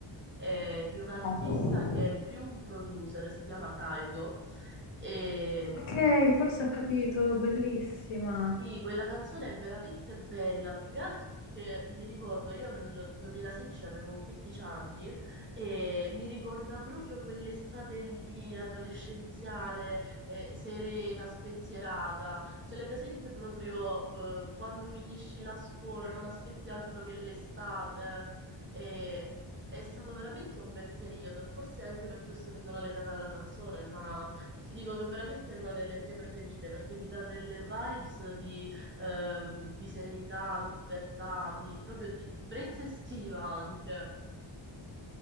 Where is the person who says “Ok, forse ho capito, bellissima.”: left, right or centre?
Left